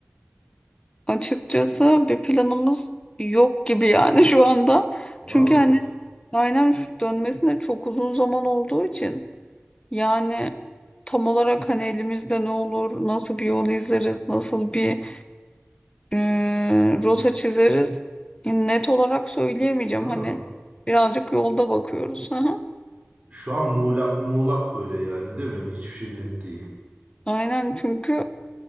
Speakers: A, on the left; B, on the right.
A: Açıkçası bir planımız yok gibi yani <laughs> şu anda.
B: Valla.
A: Çünkü hani aynen şu dönmesine çok uzun zaman olduğu için yani tam olarak hani elimizde ne olur, nasıl bir yol izleriz, nasıl bir e, rota çizeriz yani net olarak söyleyemeyeceğim.
B: Değil mi?
A: Hani birazcık yolda bakıyoruz. Hı hı.
B: Şu an muğlak, muğlak böyle yani değil mi? Hiçbir şey net değil.
A: Aynen çünkü